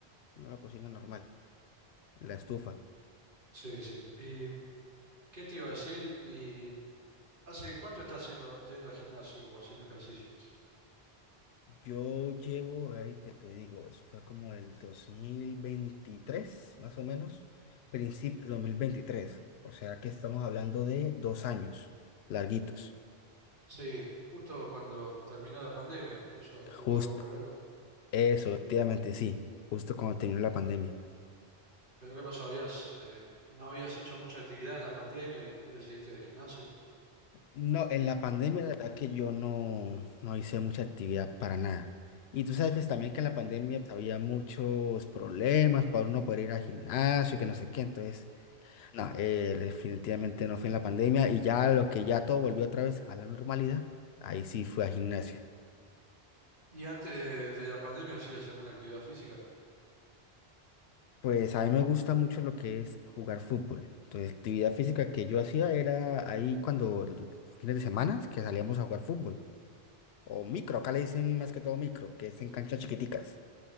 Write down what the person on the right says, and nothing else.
Sí, sí. ¿Y qué te iba a decir? ¿Y hace cuánto estás haciendo, yendo al gimnasio o haciendo ejercicio?
Sí, justo cuando terminó la pandemia. ¿Eso tuvo
algo que ver? o?
¿Pero qué pasó? ¿Habías, eh, no habías hecho mucha actividad en la pandemia y después decidiste el gimnasio?
¿Y antes de, de la pandemia hacías alguna actividad física?